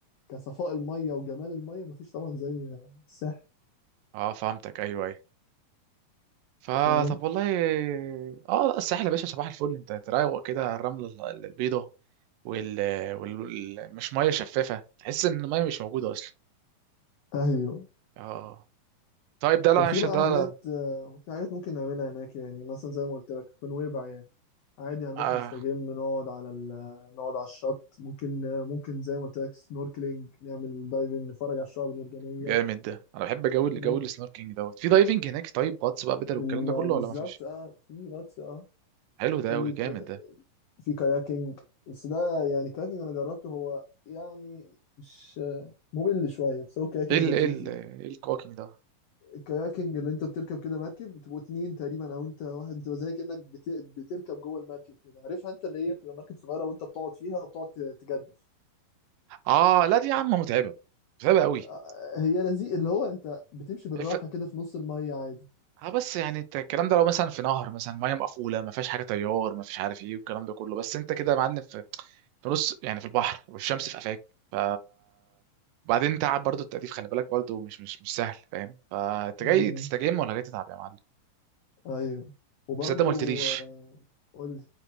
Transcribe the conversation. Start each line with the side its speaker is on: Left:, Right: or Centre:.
Left: كصفاء الميه وجمال الميه مفيش طبعا زي الساحل
Right: اه فهمتك ايوه ايوه فطب
Left: فاهم
Right: والله اه لا الساحل يا باشا صباح الفل انت تروق كده الرمله ال- ال- البيضاء وال... وال... وال... مش ميه شفافه تحس ان الميه مش موجوده اصلا
Left: ايوه
Right: اه طيب ده لا
Left: وفي
Right: مش
Left: بقى
Right: ده
Left: حاجات
Right: لا.
Left: آه، في حاجات ممكن نعملها هناك يعني مثلا زي ما قلت لك في نويبع يعني عادي هنروح
Right: آه.
Left: نستجم نقعد على ال... نقعد على الشط ممكن آه، ممكن زي ما قلت لك سنوركلينج نعمل دايفنج نتفرج على الشعاب المرجانيه
Right: جامد ده انا بحب جو اللي
Left: ممكن
Right: جو السنوركينج دوت في دايفنج هناك طيب غطس بقى بدل
Left: ما-
Right: والكلام ده كله
Left: بالظبط
Right: ولا ما فيش
Left: اه في غطس اه
Right: حلو
Left: في
Right: ده قوي
Left: ك...
Right: جامد ده
Left: في كاياكينج بس ده يعني كاياكينج انا جربته هو يعني مش آه، ممل شويه بس هو كاياكينج
Right: ايه ال
Left: لذيذ
Right: ايه ال
Left: يعني
Right: ايه الكواكينج ده
Left: الكاياكينج اللي انت بتركب كده مركب بتبقوا اتنين تقريبا او انت واحد بتبقى زي كأنك بت... بتركب جوه المركب كده عارفها انت اللي هي بتبقى مركب صغيرة وانت بتقعد فيها وبتقعد ت- تجدف
Right: اه لا دي يا عم متعبه متعبه قوي
Left: آه، هي لذيذ اللي هو انت بتمشي بالراحة
Right: ف...
Left: كده في نص المية عادي
Right: اه بس يعني انت الكلام ده لو مثلا في نهر مثلا ميه مقفوله ما فيهاش حاجه تيار ما فيش عارف ايه والكلام ده كله بس انت كده يا معلم في في نص يعني في البحر والشمس في قفاك ف وبعدين تعب برضو التأديف خلي بالك برضو مش مش مش سهل فاهم فانت
Left: مم.
Right: جاي تستجم ولا جاي تتعب يا معلم
Left: ايوه وبرضو
Right: بس انت ما قلتليش
Left: آه، قول لي